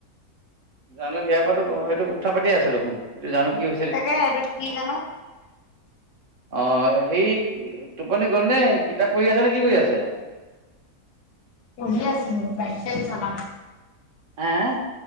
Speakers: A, on the right; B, on the left.
A: জানো ইয়াৰ পৰাো এইটো কথা পাতি আছে দেখোন এইটো জানো কি হৈছে।
B: তাকে হে এটোত কি জানো।
A: অঁ', এই টোপনি গ'লনে কিতাপ পঢ়ি আছেনেে কি কৰি আছে?
B: পঢ়ি আছে <unintelligible>
A: হে হে?